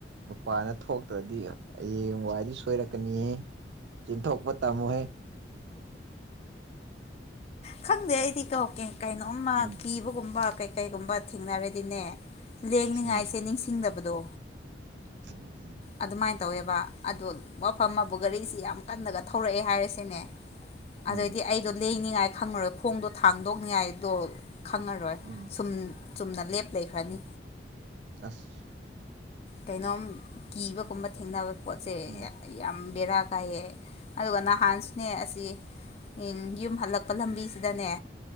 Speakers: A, on the right; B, on the left.
A: ꯃꯄꯥꯅ ꯊꯣꯛꯇ꯭ꯔꯗꯤ ꯍꯌꯦꯡ ꯋꯥꯏꯗꯤ ꯁꯣꯏꯔꯛꯀꯅꯤꯌꯦ ꯆꯊꯣꯛꯄ ꯇ ꯃꯨꯍꯦ
B: ꯈꯪꯗꯦ ꯑꯩꯗꯤ ꯀꯧꯀꯦ ꯀꯩꯅꯣꯝꯃ
A: ꯎꯝ
B: ꯀꯤꯕꯒꯨꯝꯕ ꯀꯩ ꯀꯩꯒꯨꯝꯕ ꯊꯦꯡꯅꯔꯗꯤꯅꯦ ꯂꯦꯡꯅꯤꯡꯉꯥꯏꯁꯦ
A: ꯎꯝ
B: ꯅꯤꯡꯁꯤꯡꯗꯕꯗꯣ
A: ꯑꯣ
B: ꯑꯗꯨꯃꯥꯏꯅ ꯇꯧꯋꯦꯕ ꯑꯗꯨꯗ ꯋꯥꯐꯝ ꯑꯃꯕꯨ ꯒꯥꯔꯤꯁꯤ ꯌꯥꯝ ꯀꯟꯅꯒ ꯊꯧꯔꯛꯑꯦ ꯍꯥꯏꯔꯤꯁꯤꯅꯦ
A: ꯎꯝ
B: ꯑꯗꯨꯏꯗꯤ ꯑꯩꯗꯣ ꯂꯦꯡꯅꯤꯡꯉꯥꯏ ꯈꯪꯉꯔꯣꯏ ꯈꯣꯡꯗꯣ ꯊꯥꯡꯗꯣꯛꯅꯤꯡꯉꯥꯏꯗꯣ ꯈꯪꯉꯔꯣꯏ
A: ꯎꯝ
B: ꯁꯨꯝ ꯆꯨꯝꯅ ꯂꯦꯞ ꯂꯩꯈ꯭ꯔꯅꯤ
A: ꯑꯁ
B: ꯀꯩꯅꯣꯝ ꯀꯤꯕꯒꯨꯝꯕ ꯊꯦꯡꯅꯕ ꯄꯣꯠꯁꯦ
A: ꯎꯝ
B: ꯌꯥꯝ ꯕꯦꯔꯥ ꯀꯥꯏꯑꯦ ꯑꯗꯨꯒ ꯅꯍꯥꯟꯁꯅꯦ ꯑꯁꯤ ꯎꯝ ꯌꯨꯝ ꯍꯜꯂꯛꯄ ꯂꯝꯕꯤꯁꯤꯗꯅꯦ